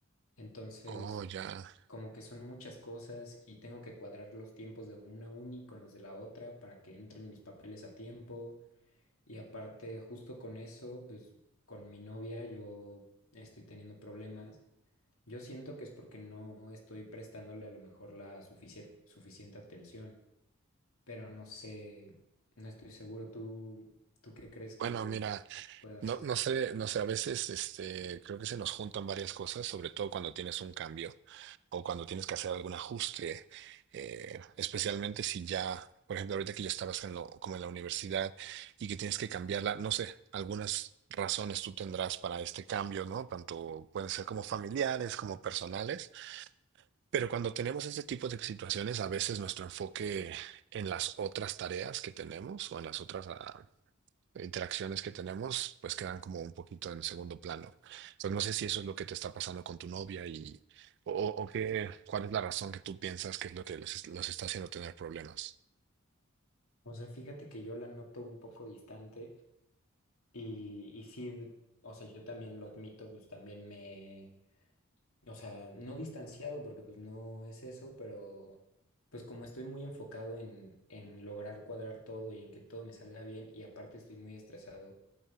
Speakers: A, on the left (about 80°); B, on the right (about 55°).
A: Entonces,
B: Oh, ya.
A: como que son muchas cosas y tengo que cuadrar los tiempos de una uni con los de la otra para que entren mis papeles a tiempo. Y aparte, justo con eso, pues con mi novia yo estoy teniendo problemas. Yo siento que es porque no estoy prestándole a lo mejor la suficie- suficiente atención pero no sé, no estoy seguro. ¿Tú, tú qué crees que
B: Bueno, mira.
A: pueda
B: No,
A: hacer?
B: no sé, no sé, a veces este, creo que se nos juntan varias cosas, sobre todo cuando tienes un cambio o cuando tienes que hacer algún ajuste, eh, especialmente si ya, por ejemplo, ahorita que yo estaba haciendo como en la universidad y que tienes que cambiarla, no sé, algunas razones tú tendrás para este cambio, ¿no? Tanto pueden ser como familiares, como personales, pero cuando tenemos este tipo de situaciones, a veces nuestro enfoque en las otras tareas que tenemos o en las otras ah, interacciones que tenemos, pues quedan como un poquito en segundo plano. Entonces no sé si eso es lo que te está pasando con tu novia y o, o qué, cuál es la razón que tú piensas que es lo que los, los está haciendo tener problemas.
A: O sea, fíjate que yo la noto un poco distante y, y sí, o sea, yo también lo admito, pues también me, o sea, no distanciado porque pues no es eso, pero pues como estoy muy enfocado en, en lograr cuadrar todo y en que todo me salga bien y aparte estoy muy estresado.